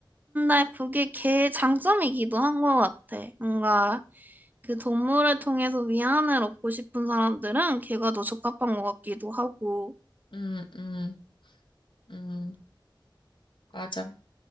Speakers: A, on the right (about 20°); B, on the left (about 70°).
A: 근데 그게 걔의 장점이기도 한 것 같아. 뭔가 그 동물을 통해서 위안을 얻고 싶은 사람들은 걔가 더 적합한 것 같기도 하고.
B: 음, 음, 음, 맞아.